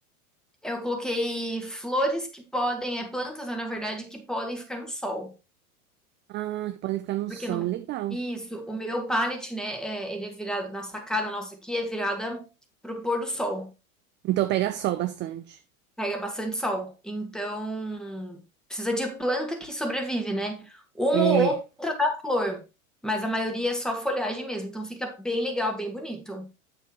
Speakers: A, in the centre; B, on the right.
A: Eu coloquei flores que podem, é plantas, né, na verdade, que podem ficar no sol.
B: Ah, que podem ficar no
A: Porque
B: sol,
A: no,
B: legal.
A: isso, o meu pallet, né, é, ele é virado, na sacada nossa aqui, é virada pro pôr do sol.
B: Então pega sol bastante.
A: Pega bastante sol. Então, precisa de planta que sobrevive, né? Uma
B: É.
A: ou outra dá flor, mas a maioria é só folhagem mesmo. Então, fica bem legal, bem bonito.